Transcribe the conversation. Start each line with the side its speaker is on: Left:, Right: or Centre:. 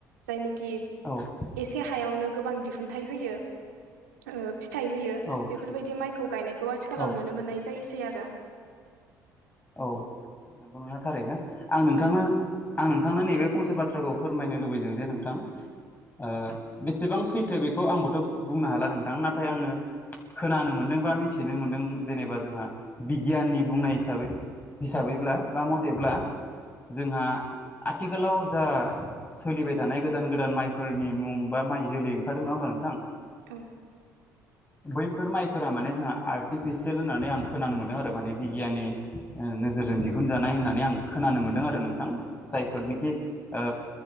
Right: जायनिखि
Left: औ
Right: एसे हायावनो गोबां दिहुनथाइ होयो ओ फिथाइ होयो
Left: औ
Right: बेफोरबायदि माइखौ गायनायखौ आथिखालाव
Left: औ
Right: नुनो मोननाय जायोसै सेयारा
Left: औ नंगौ ना थारैनो आं नोंथांनो
Right: ओं
Left: आं नोंथ नोंथांनो नैबे फंसे बाथ्राखौ फोरमायनो लुबैदों जे नोंथां ओ बेसेबां सैथो बेखौ आंबोथ' बुंनो हाला नोंथां नाथाय आङो खोनानो मोन्दों बा मिथिनो मोन्दों जेनेबा जोंहा बिगियाननि बुंनाय हिसाबै हिसाबैब्ला बा मथेब्ला जोंहा आथिखालाव जा सोलिबाय थानाय गोदान गोदान माइफोरनि मुं बा माइ जोलै ओंखारदों नङा बा नोंथां
Right: औ
Left: बैफोर माइफोरा माने जोंहा आर्टिफिसियेल होननानै आं खोनानो मोनदों आरो माने बिगियाननि नोजोरजों दिहुनजानाय होननानै आं खोनानो मोनदों आरो नोंथां जायफोरनिखि
Right: ओं
Left: ओ